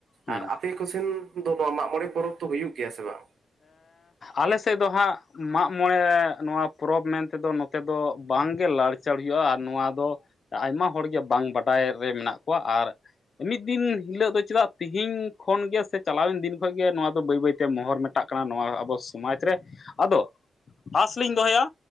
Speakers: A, on the left (about 50°); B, on the right (about 70°).
A: ᱦᱩᱸ
B: ᱟᱨ ᱟᱯᱮ ᱥᱮᱱ ᱫᱚ ᱱᱚᱣᱟ ᱢᱟᱜᱽ ᱢᱚᱬᱮ ᱯᱚᱨᱚᱵᱽ ᱫᱚ ᱦᱩᱭᱩᱜ ᱜᱮᱭᱟ ᱥᱮ ᱵᱟᱝ
A: ᱟᱞᱮ ᱥᱮᱫ ᱫᱚ ᱦᱟᱸᱜ ᱢᱟᱜᱽ ᱢᱚᱬᱮ ᱱᱚᱣᱟ ᱯᱚᱨᱚᱵᱽ ᱢᱮᱱ ᱛᱮᱫᱚ ᱛᱮᱫᱚ ᱵᱟᱝ ᱜᱮ ᱞᱟᱲᱪᱟᱲ ᱦᱩᱭᱩᱜᱼᱟ ᱟᱨ ᱱᱚᱣᱟ ᱫᱚ ᱟᱭᱢᱟ ᱦᱚᱲ ᱜᱮ ᱵᱟᱝ ᱵᱟᱰᱟᱭ ᱨᱮ ᱢᱮᱱᱟᱜ ᱠᱚᱣᱟ ᱟᱨ ᱢᱤᱫ ᱫᱤᱱ ᱦᱤᱞᱳᱜ ᱫᱚ ᱪᱮᱫᱟᱜ ᱛᱤᱦᱤᱧ ᱠᱷᱚᱱ ᱜᱮ ᱥᱮ ᱪᱟᱞᱟᱣᱮᱱ ᱫᱤᱱ ᱠᱷᱚᱱ ᱜᱮ ᱱᱚᱣᱟ ᱫᱚ ᱵᱟᱹᱭ ᱵᱟᱹᱭ ᱛᱮ ᱢᱚᱦᱚᱨ ᱢᱮᱴᱟᱜ ᱠᱟᱱᱟ ᱱᱚᱣᱟ ᱟᱵᱚ ᱥᱚᱢᱟᱡᱽ ᱨᱮ ᱟᱫᱚ ᱟᱥ ᱞᱤᱧ ᱫᱚᱦᱚᱭᱟ